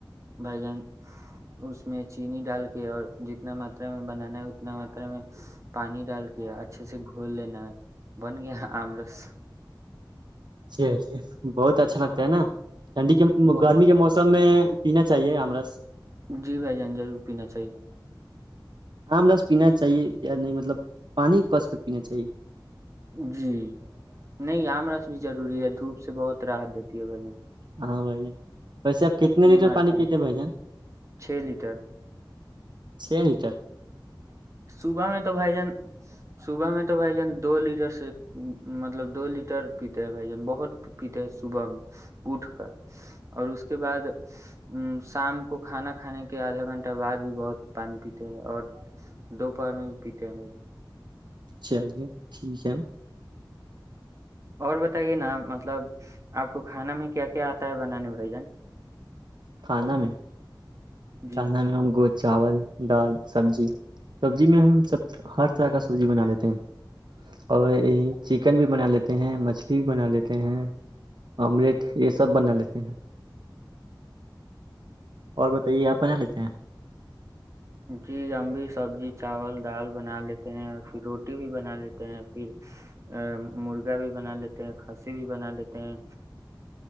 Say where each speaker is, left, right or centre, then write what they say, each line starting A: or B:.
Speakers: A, on the right (about 40°); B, on the right (about 65°).
A: بجن اس میں چینی ڈال کے اور جتنا ماترا میں بنانا ہے اتنا ماترا میں پانی ڈال کے اچھے سے گھول لینا ہے بن گیا آم رس
B: چلیے بہت اچھا لگتا ہے نا ٹھنڈی کے
A: بہت
B: گرمی کے موسم میں پینا چاہیے امرس
A: جی بھائی جان ضرور پینا چاہیے
B: آم رس پینا چاہیے یا نہیں مطلب پانی کس کر پینا چاہیے
A: جی نہیں آم رس بھی ضروری ہے دھوپ سے بہت رحت دیتی ہے بھن
B: ہاں بھائی جان ویسے آپ کتنے لیٹر
A: مارتا
B: پانی پیتے
A: ہے
B: بھائی جان
A: چھ لیٹر
B: سنٹر
A: صبح میں تو بھائی جان صبح میں تو بھائی جان دو لیٹر سے مطلب دو لیٹر پیتے ہیں بھائی جان بہت پیتے ہیں صبح میں اٹھ کر اور اس کے بعد ا شام کو کھانا کھانے کے آدھا گھنٹہ بعد بھی بہت پانی پیتے ہیں اور دوپہار میں بھی پیتے ہیں بھائی ج
B: چلیے ٹھیک ہے
A: اور بتائیے نا مطلب آپ کو کھانا میں کیا کیا آتا ہے بنانے بھجن
B: کھانا میں
A: جی
B: کھانا میں ہم گ چاول دال سبزی سبزی میں ہم سب ہر طرح کا سبزی بنا لیتے ہیں اور یہ چکن بھی بنا لیتے ہیں مچھلی بھی بنا لیتے ہیں آملیٹ یہ سب بنا لیتے ہیں اور بتائیے آپ بنا لیتے ہیں
A: جی ام بھی سبزی چاول دال بنا لیتے ہیں پھر روٹی بھی بنا لیتے ہیں پھر ا مرغا بھی بنا لیتے ہیں کھسی بھی بنا لیتے ہیں